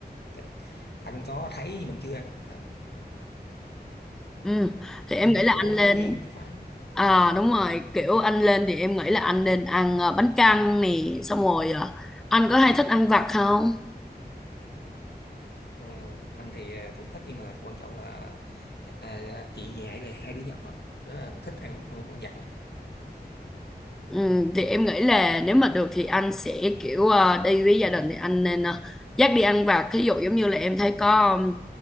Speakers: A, on the left (about 75°); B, in the centre.
A: T- anh có thấy nhưng mình chưa ăn Hình
B: ừ.
A: hình
B: thì em
A: như
B: nghĩ
A: nó
B: là
A: của
B: anh lên
A: Phú Yên thì phải
B: à đúng rồi kiểu anh lên thì em nghĩ là anh nên ăn ờ, bánh căn nè xong rồi ờ, anh có hay thích ăn vặt không
A: ừ, anh thì ờ, cũng thích nhưng mà quan trọng là à, à, chị nhà rồi hai đứa nhỏ đó là thích ăn ăn ăn vặt lắm
B: Ừ, thì em nghĩ là nếu mà được thì anh sẽ kiểu ờ, đi với gia đình thì anh nên ờ, dắt đi ăn vặt thí dụ giống như là em thấy có ừm,